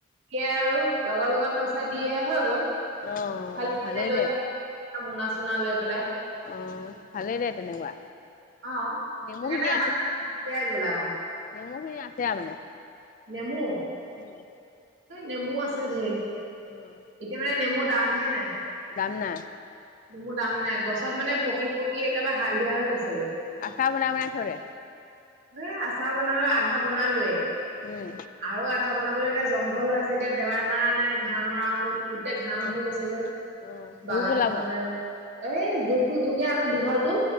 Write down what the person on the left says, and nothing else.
অ
ভালেই
দে
অ, ভালেই দে তেনেকুৱা।
নেমুখিনি
নেমুখিন আছে, আ, মানে।
উম
উম
দাম, নাই।
আশা বন মনে থৰে
উম
অ
অ', জোক
ওলাব